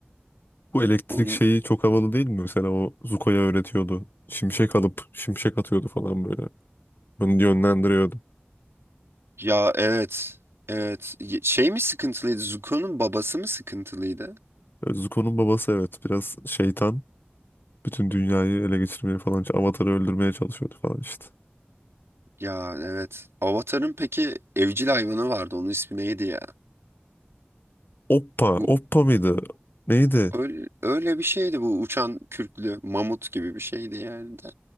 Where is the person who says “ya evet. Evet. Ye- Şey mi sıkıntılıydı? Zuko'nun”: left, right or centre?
Right